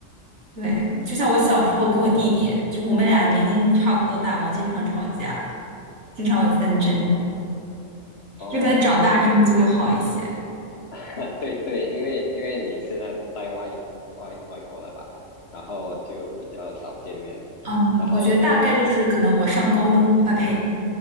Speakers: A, on the right; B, on the left.
A: 对，
B: 嗯，
A: 就像我小时候跟我弟弟，就是我们俩年龄差不多大吧，经常吵架，经常有纷争，
B: 哦，哦，
A: 就可能长大之后就会好一些。
B: <laughs> 对对，因为因为你现在在外外外国了吧，然后就比较少见面，
A: 嗯，
B: 然后
A: 我觉得大概就是可能我上高中，不呸，